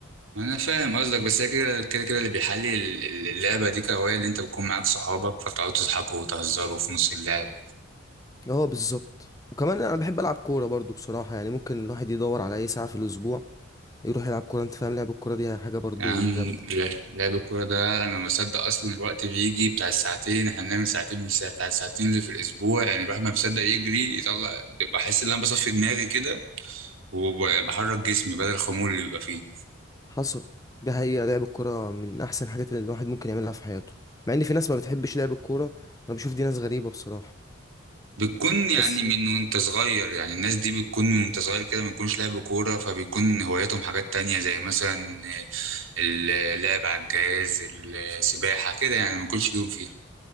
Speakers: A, on the right (about 75°); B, on the left (about 15°).
A: ما انا فاهم قصدك بس هي كده كده كده اللي بيحلي ال- ال- اللعبه دي كهوايه اللي انت بتكون معاك صحابك فتقعدوا تضحكوا وتهزروا في نص اللعب
B: اه بالظبط وكمان انا بحب العب كوره برضو بصراحه يعني ممكن الواحد يدور على اي ساعه في الاسبوع يروح يلعب كوره انت فاهم لعب الكوره دي حاجه برضو
A: يا عم
B: جامده
A: لا- لعب الكورة ده أنا ما بصدق أصلا الوقت بيجي بتاع الساعتين إحنا بنعمل ساعتين من الساعة بتاع الساعتين اللي في الأسبوع يعني الواحد ما بيصدق يجري يطلع بحس إن أنا بصفي دماغي كده وبحرك جسمي بدل الخمول اللي بيبقى فيه
B: حصل دي حقيقه لعب الكوره من احسن الحاجات اللي الواحد ممكن يعملها في حياته مع ان في ناس ما بتحبش لعب الكوره انا بشوف دي ناس غريبه بصراحه
A: بتكون يعني
B: بس
A: من وأنت صغير يعني الناس دي بتكون من وأنت صغير كده ما بيكونش لعب كورة فبيكون هواياتهم حاجات تانية زي مثلا اللعب على الجهاز السباحة كده يعني ما بيكونش ليهم فيها